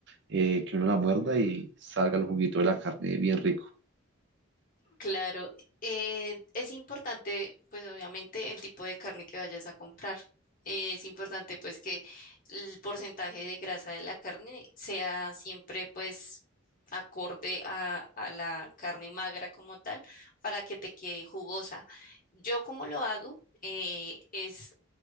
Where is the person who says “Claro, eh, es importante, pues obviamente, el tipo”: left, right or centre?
Left